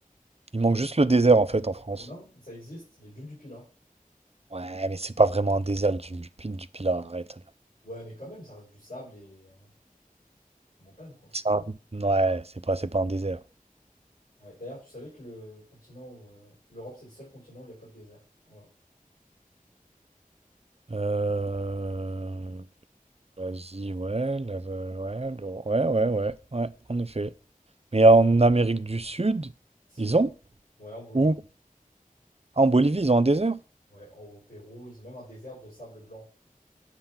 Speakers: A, on the right; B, on the left.
A: Il manque juste le désert en fait en France.
B: Mais non, ça existe, les dunes du Pilat.
A: Ouais, mais c'est pas vraiment un désert, les dunes du Pilat, du Pilat, arrête.
B: Ouais, mais quand même, ça reste du sable et euh, montagne, quoi.
A: C'est un- Ouais, c'est pas, c'est pas un désert.
B: Ouais, D'ailleurs, tu savais que le continent où euh, l'Europe, c'est le seul continent où il n'y a pas de désert. Voilà.
A: Euh... Vas-y, ouais, la- ouais, le- ouais, ouais, ouais, ouais, en effet. Mais en Amérique du Sud,
B: Si,
A: ils ont?
B: ouais, en Bolivie,
A: Où? Ah, en Bolivie, ils ont un désert?
B: ouais, en- au Pérou, ils ont même un désert de sable blanc.